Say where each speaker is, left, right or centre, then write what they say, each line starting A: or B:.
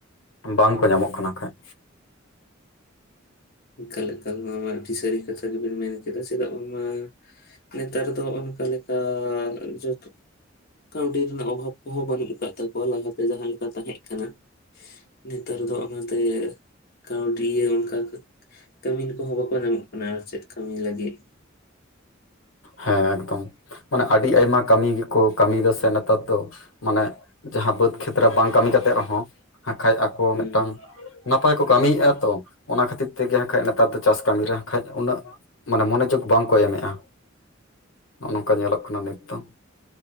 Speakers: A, on the left; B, on the left.
A: ᱵᱟᱝ ᱠᱚ ᱧᱟᱢᱚᱜ ᱠᱟᱱᱟ ᱮᱸᱠᱷᱟᱡ᱾
B: ᱮᱠᱟᱠ ᱮᱠᱟᱞ ᱱᱚᱣᱟ ᱢᱟ ᱟᱹᱰᱤ ᱥᱟᱹᱨᱤ ᱠᱟᱛᱷᱟ ᱜᱮᱵᱤᱱ ᱢᱮᱱ ᱠᱮᱫᱟ ᱪᱮᱫᱟᱜ ᱵᱟᱝ ᱢᱟ ᱱᱮᱛᱟᱨ ᱫᱚ ᱚᱱᱠᱟ ᱞᱮᱠᱟ ᱡᱚᱛᱚ ᱠᱟᱺᱶᱰᱤ ᱨᱮᱱᱟᱜ ᱚᱵᱷᱟᱵᱽ ᱠᱚᱦᱚᱸ ᱵᱟᱹᱱᱩᱜ ᱟᱠᱟᱫ ᱛᱟᱠᱚᱣᱟ ᱞᱟᱦᱟᱛᱮ ᱡᱟᱦᱟᱸ ᱞᱮᱠᱟ ᱛᱟᱦᱮᱸᱜ ᱠᱟᱱᱟ, ᱱᱮᱛᱟᱨ ᱫᱚ ᱚᱱᱟ ᱛᱮᱜᱮ ᱠᱟᱺᱶᱰᱤ ᱚᱱᱠᱟ ᱠᱟᱛ- ᱠᱟᱹᱢᱤᱱ ᱠᱚᱦᱚᱸ ᱵᱟᱠᱚ ᱧᱟᱢᱚᱜ ᱠᱟᱱᱟ ᱟᱨ ᱪᱮᱫ ᱠᱟᱹᱢᱤ ᱞᱟᱹᱜᱤᱫ᱾
A: ᱦᱮᱸ ᱮᱠᱫᱚᱢ ᱢᱟᱱᱮ ᱟᱹᱰᱤ ᱟᱭᱢᱟ ᱠᱟᱹᱢᱤ ᱜᱮᱠᱚ ᱠᱟᱹᱢᱤᱭᱮᱫᱟ ᱥᱮ ᱱᱮᱛᱟᱨ ᱫᱚ, ᱢᱟᱱᱮᱜ ᱡᱟᱦᱟᱸ ᱵᱟᱹᱫᱽ ᱠᱷᱮᱛ ᱨᱮ ᱵᱟᱝ ᱠᱟᱹᱢᱤ ᱠᱟᱛᱮᱫ ᱨᱮᱦᱚᱸ ᱦᱟᱸᱠᱷᱟᱭᱮ ᱟᱠᱚ
B: ᱦᱩᱸ
A: ᱢᱤᱫᱴᱟᱝ ᱱᱟᱯᱟᱭ ᱠᱚ ᱠᱟᱹᱢᱤᱭᱮᱜ-ᱟ ᱛᱚ ᱚᱱᱟ ᱠᱷᱟᱹᱛᱤᱨ ᱛᱮᱜᱮ ᱦᱟᱸᱠᱷᱟᱡ ᱱᱮᱛᱟᱨ ᱫᱚ ᱪᱟᱥ ᱠᱟᱹᱢᱤ ᱨᱮ ᱦᱟᱸᱠᱷᱟᱡ ᱩᱱᱟᱹᱜ ᱢᱟᱱᱮ ᱢᱚᱱᱮ ᱡᱳᱜᱽ ᱵᱟᱝᱠᱚ ᱮᱢ ᱮᱸᱜ-ᱟ, ᱱᱚᱜ-ᱚ ᱱᱚᱝᱠᱟ ᱧᱮᱞᱚᱜ ᱠᱟᱱᱟ ᱱᱤᱛ ᱫᱚ᱾